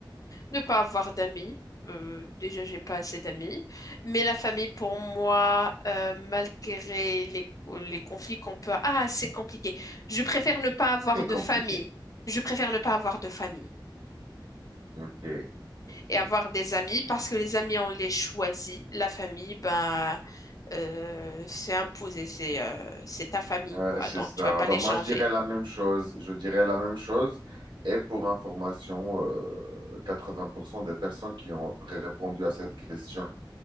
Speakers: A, on the left; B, on the right.
A: Ne pas avoir d'amis. Euh, déjà, j'ai pas assez d'amis. Mais la famille, pour moi, euh, malgré les, les conflits qu'on peut... Ah, c'est compliqué. Je préfère ne pas avoir
B: Très compliqué.
A: de famille. Je préfère ne pas avoir de famille
B: Ok, ok.
A: et avoir des amis parce que les amis, on les choisit. La famille, ben, euh, c'est imposé. C'est euh, c'est ta famille,
B: Euh,
A: quoi.
B: c'est
A: Donc,
B: ça.
A: tu vas pas
B: Bah,
A: les
B: moi,
A: changer.
B: je dirais la même chose. Je dirais la même chose. Et pour information, euh, 80% des personnes qui ont répondu à cette question